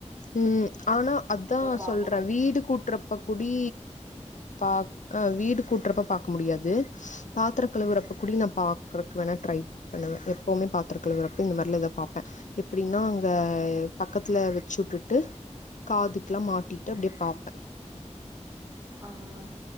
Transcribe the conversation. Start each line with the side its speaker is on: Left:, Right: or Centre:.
Left: ம் ஆனா அதான்
Right: பாக்கணு
Left: சொல்றேன் வீடு கூட்டுறப்ப கூடி பா அ வீடு கூட்டுறப்ப பாக்க முடியாது பாத்திர கழுவுறப்ப
Right: ம்
Left: கூடி நான் பா வெளக் வேணா டரை பண்ணுவேன் எப்பவுமே பாத்ரோகழுவுறப்ப இந்த மாரில எத பாப்பேன் எப்டின்னா அங்க பக்கத்துல வெச் சுக்கிடுட்டு காதுக்குலாம் மாட்டிட்டு அப்டியே பாப்
Right: ஆஹ்